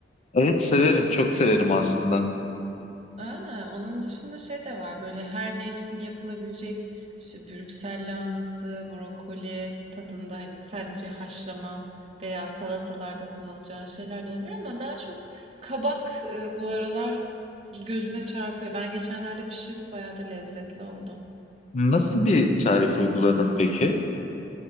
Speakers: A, on the left; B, on the right.
A: Evet severim, çok severim aslında.
B: A! Onun dışında şey de var, böyle, her mevsim yapılabilecek, işte, Brüksel lahanası, brokoli tadında, hani, sadece haşlama veya salatalarda kullanacağın şeyler de olabilir ama daha çok kabak, ııı, bu aralar gözüme çarpıyor. Ben geçenlerde pişirdim, bayağı da lezzetli oldu.
A: Nasıl bir tarif uyguladın peki?